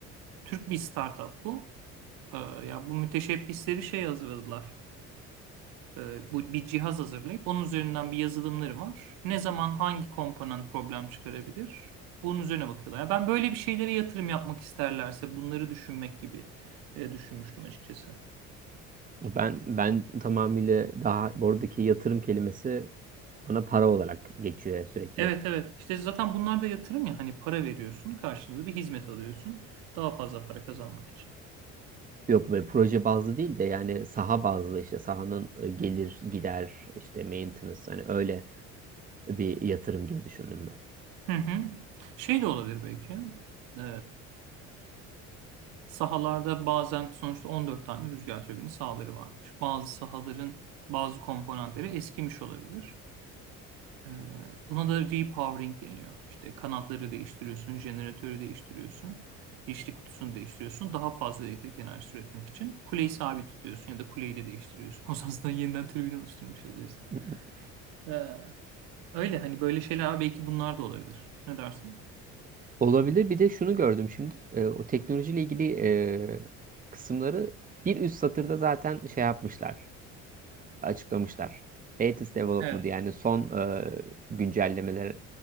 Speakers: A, on the right; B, on the right.
A: Türk bir startup bu. E, ya bu müteşebbisleri şey hazırladılar e, bu bir cihaz hazırlayıp onun üzerinden bir yazılımları var. Ne zaman hangi komponent problem çıkarabilir? Bunun üzerine bakıyorlar. Ya ben böyle bir şeylere yatırım yapmak isterlerse bunları düşünmek gibi e, düşünmüştüm açıkçası.
B: ben ben tamamıyla daha oradaki yatırım kelimesi bana para olarak geçiyor sürekli.
A: Evet evet. İşte zaten bunlar da yatırım ya hani para veriyorsun, karşılığında bir hizmet alıyorsun daha fazla para kazanmak için.
B: Yok böyle proje bazlı değil de yani saha bazlı işte sahanın e, gelir gider işte maintenance hani öyle bir yatırım gibi düşündüm
A: Hı hı. Şey de olabilir belki. Ee, sahalarda bazen sonuçta 14 tane rüzgar türbini sahaları varmış. Bazı sahaların bazı komponentleri eskimiş olabilir. Ee, Buna da repowering deniyor. İşte kanatları değiştiriyorsun, jeneratörü değiştiriyorsun, dişli kutusunu değiştiriyorsun. Daha fazla elektrik enerjisi üretmek için kuleyi sabit tutuyorsun ya da kuleyi de değiştiriyorsun. <laughs> O zaman aslında yeniden türbin alıştırmış oluyorsun.
B: ben.
A: Ee, Öyle hani böyle şeyler belki bunlar da olabilir. Ne dersin?
B: Olabilir. Bir de şunu gördüm şimdi. E, o teknolojiyle ilgili e, kısımları bir üst satırda zaten şey yapmışlar, açıklamışlar. Latest development
A: Evet,
B: yani son e, güncellemeler,